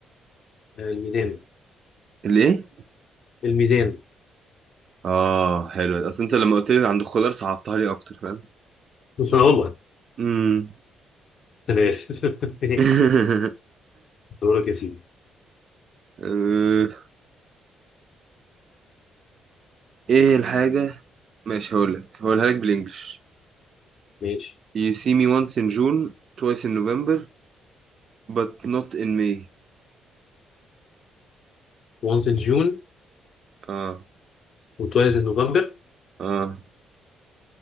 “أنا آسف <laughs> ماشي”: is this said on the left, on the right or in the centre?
Left